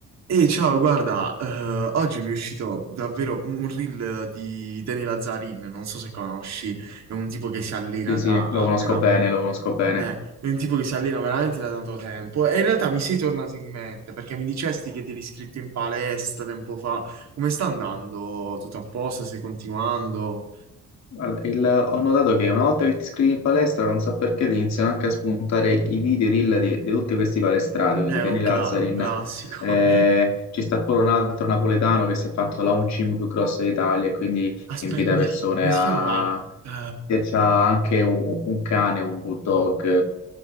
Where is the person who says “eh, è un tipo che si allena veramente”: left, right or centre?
Right